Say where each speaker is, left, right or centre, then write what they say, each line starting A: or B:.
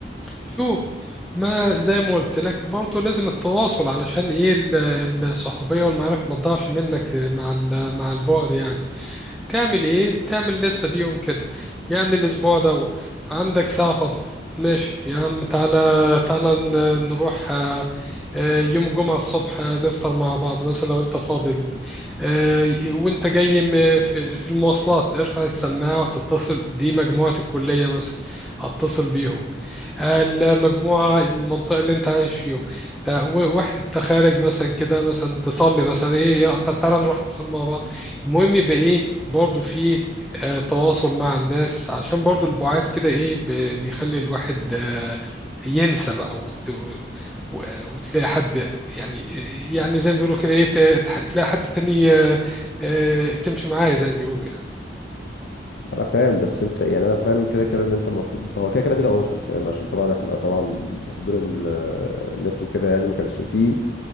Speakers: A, in the centre; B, on the left (about 70°).
A: شوف ما زي ما قلت لك برضه لازم التواصل علشان إيه ال- الصحوبية والمعارف ما تضيعش منك مع ال- مع البعد يعني تعمل ايه تعمل لستة بيهم كده يعني الاسبوع ده عندك ساعة فاضية ماشي يا عم تعالى تعالى ن- نروح آه، آه، يوم الجمعة الصبح آه، نفطر مع بعض مثلا لو انت فاضي ال- آه، وانت جاي م- في في المواصلات ارفع السماعة وتتصل دي مجموعة الكلية مثلا هتصل بيهم المجموعة المنطقة اللي انت عايش فيهم ده و- واحد انت خارج مثلا كده مثلا تصلي مثلا ايه يا- طب تعالى نروح نصلي مع بعض المهم يبقى ايه برضو في آه تواصل مع الناس عشان برضو البعاد كده ايه ب- بيخلي الواحد آه ينسى بقى وت... و... و- وتلاقي حد يعني يعني زي ما بيقولوا كده ايه ت- تح- تلاقي حد تاني آه، آه، تمشي معاه زي ما بيقولوا يعني
B: انا فاهم بس انت يعني انا فاهم كده كده ان انت المفروض هو كده كده في تواصل فاهم عشان طبعا احنا طبعا بحضور ال- النت وكده يعني ما كانش فيه